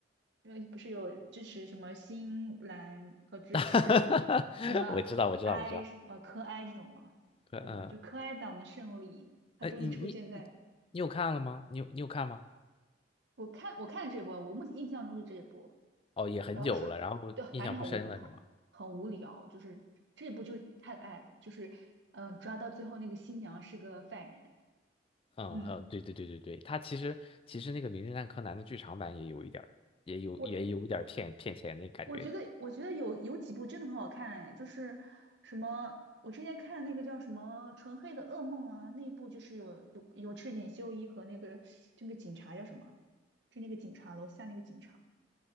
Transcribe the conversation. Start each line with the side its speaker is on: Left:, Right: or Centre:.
Right: 因为不是有支持什么新兰和支持
Left: <laughs> 哈哈哈，
Right: 什么哀什么科哀这种吗？
Left: 我知道，我知道，我知道。可嗯，
Right: 对吧？就科哀党的胜利，他终于出现在
Left: 哎，你你你你有看了吗？你有你有看吗？
Right: 我看我看这波，我目前印象中是这一波。
Left: 哦，也很久了，
Right: 然后是对，
Left: 然后印象不深了，
Right: 反正很无很很无聊，
Left: 是吗？
Right: 就是这一部就是太爱，就是嗯，抓到最后那个新娘是个犯人。
Left: 嗯还有，
Right: 嗯，
Left: 对对对对对，它其实其实那个《名侦探柯南》的剧场版也有一点儿，也有也有一点儿骗骗钱那感觉。
Right: 我我觉得，我觉得有有几部真的很好看，哎，就是什么，我之前看的那个叫什么《纯黑的噩梦》啊，那一部就是有有有赤井秀一和那个这个警察叫什么，就那个警察楼下那个警察